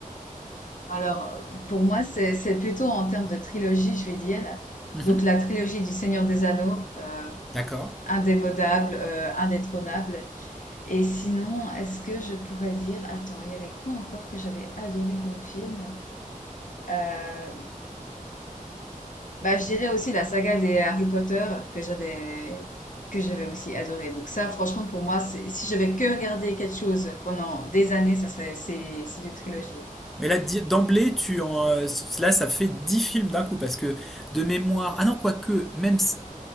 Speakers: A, on the left; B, in the centre.
A: Alors, euh, pour moi, c'est, c'est plutôt en termes de trilogie, je vais dire.
B: Mhm,
A: Donc, la trilogie du Seigneur des Anneaux, euh,
B: d'accord.
A: indémodable, euh, indétrônable. Et sinon, est-ce que je pourrais dire, attends, il y avait quoi encore que j'avais adoré comme film? Euh, bah, je dirais aussi la saga des Harry Potter que j'avais que j'avais aussi adoré. Donc ça, franchement, pour moi, c'est- si je vais que regarder quelque chose pendant des années, ça serait c'est c'est des trilogies.
B: Mais là, di- d'emblée, tu en, euh, là, ça fait 10 films d'un coup parce que de mémoire. Ah non, quoique, même s-